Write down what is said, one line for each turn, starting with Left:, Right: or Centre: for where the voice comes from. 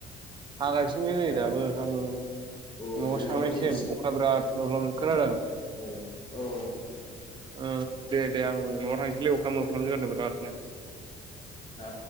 Right: हागासिनो
Left: उम
Right: नै
Left: दा
Right: दाबो उम
Left: औ
Right: न'आवो
Left: जोंहाबो
Right: थांनायसम
Left: नै
Right: अखा बिराद माब्लाब खोनादों
Left: उम औ
Right: ओ दे दे आं न'आव थांनोसैलै अखा मोफ्लामनाय जादों बिरादनो
Left: आ